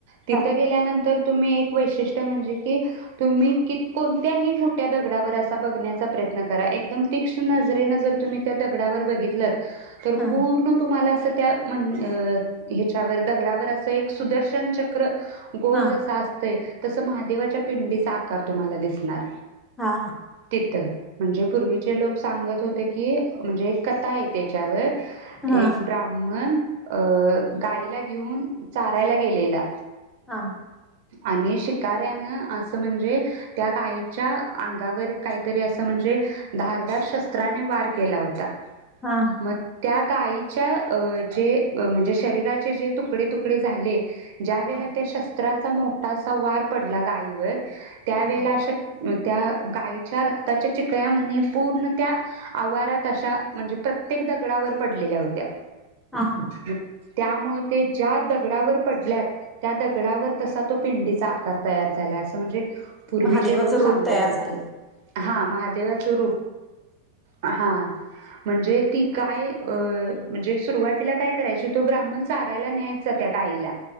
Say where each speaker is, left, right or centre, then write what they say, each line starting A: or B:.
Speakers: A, on the right; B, in the centre.
A: तिथं
B: हा
A: गेल्यानंतर तुम्ही एक वैशिष्ट म्हणजे की तुम्ही कोणत्याही मोठ्या दगडावर असा बघण्याचा प्रयत्न करा. एकदम तीक्ष्ण नजरेन जर तुम्ही त्या दगडावर बघितल. तर
B: हा
A: पूर्ण तुम्हाला अस. त्या म ह्याच्यावर दगडावर असं एक सुदर्शन चक्र, गोल
B: हा
A: जसा असते. तसं महादेवाच्या पिंडीचा आकार तुम्हाला दिसणार.
B: हा
A: तिथं म्हणजे पूर्वीचे लोक सांगत होते. की म्हणजे एक कथा आहे त्याच्यावर
B: हा
A: एक ब्राहमण अ गाईला घेऊन, चारायला गेलेला.
B: हा..
A: अने श- कार्यान असं म्हणजे त्या गायच्या अंगावर, काहीतरी असं म्हणजे धारधार शस्त्राने वार केला होता.
B: हा
A: म त्या- गायच्या जे म्हणजे शरीराचे जे तुकडे - तुकडे झाले, ज्या वेळेला
B: हा
A: त्या शस्त्रात- मोठा असा वार.. पडला गाईवर... त्या
B: हा
A: वेळेला अशा- त्या गायीच्या रक्ताच्या चिकळ्या म्हने पूर्ण त्या आवारात अशा म्हणजे प्रत्येक दगडावर पडलेल्या होत्या.
B: हा ह
A: मग त्यामुळे ते ज्या दगडावर पडल्यात त्या दगडावर तसा तो पेंडीचा आकार तयार झाला असं म्हणजे पूर्वीचे
B: महादेवाचं
A: लोक सांगत
B: रूप तयार
A: होते
B: झालंय
A: हा महादेवाचं रूप हा. म्हणजे ती गाय अ म्हणजे सुरुवातीला काय करायची तो ब्राह्मण चारायला न्यायचा त्या गायीला